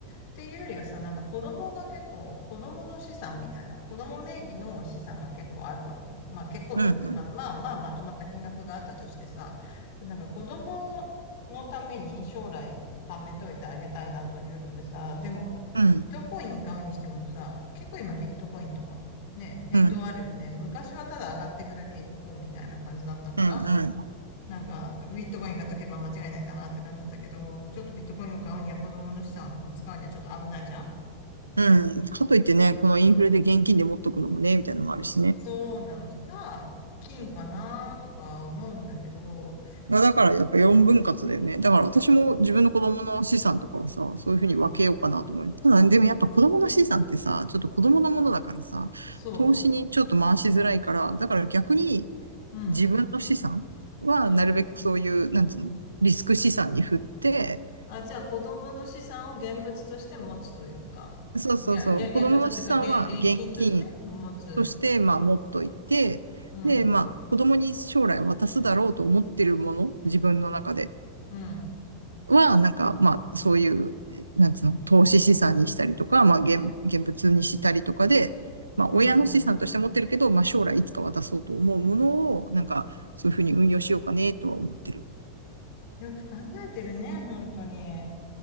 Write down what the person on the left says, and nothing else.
っていうよりはさ、なんか子供が結構、子供の資産みたいな、子供名義の資産が結構あるわけよ。まあ結構って言って、
まあまあまあまとまった金額があったとしてさ、
なんか子供のために将来貯めといてあげたいなというのでさ、でもビットコイン買うにしてもさ、
結構今ビットコインとかね、変動あるよね。
昔はただ上がっていくだけ一方みたいな感じだったから、
なんか、ビットコインが解けば間違いないかなって感じだったけど、ちょっとビットコインを買うには子供の資産を使うにはちょっと危ないじゃん
そうなのか、金かなとか思うんだけど、
うん、
そ
う、うん、
うん。
あ、じゃあ子供の資産を現物として持つというか、
いやげ、現物っていうか、
げ、現金として持つ。
うん、
うん、
うん。
よく考えてるね、本当に。